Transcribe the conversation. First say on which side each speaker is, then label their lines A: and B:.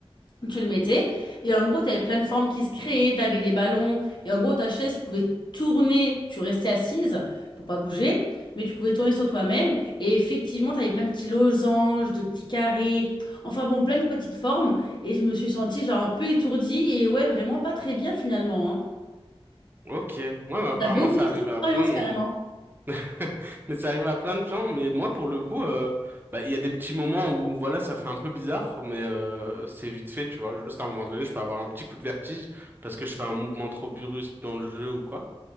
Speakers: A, on the left; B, on the right.
A: Tu le mettais. Et en gros, tu avais plein de formes qui se créaient, tu avais des ballons. Et en gros, ta chaise, tu pouvais tourner, tu restais assise pour pas bouger, mais tu pouvais tourner sur toi-même. Et effectivement, tu avais plein de petits losanges, de petits carrés. Enfin bon, plein de petites formes. Et je me suis sentie genre un peu étourdie et ouais, vraiment pas très bien finalement, hein.
B: Ok, ouais, mais apparemment
A: J'avais oublié
B: ça arrive
A: cette expérience
B: à plein de
A: carrément.
B: monde. <laughs> Mais ça arrive à plein de gens, mais moi pour le coup, euh, bah il y a des petits moments où voilà, ça fait un peu bizarre, mais euh, c'est vite fait, tu vois. Juste à un moment donné, je peux avoir un petit coup de vertige parce que je fais un mouvement trop brusque dans le jeu ou quoi.